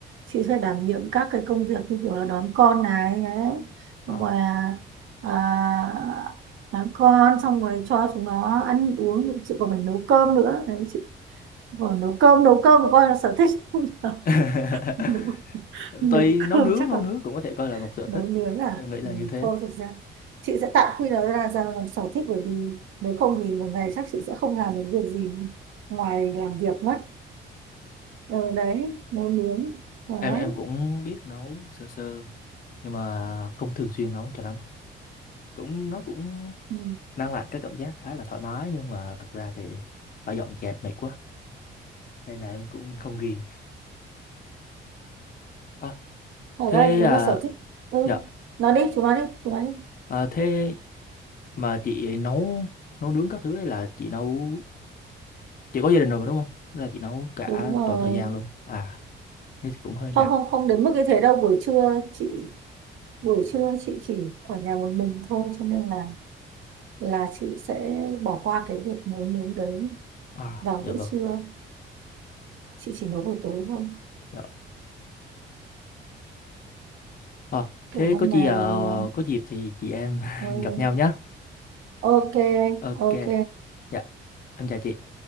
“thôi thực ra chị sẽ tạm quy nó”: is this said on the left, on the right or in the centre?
Right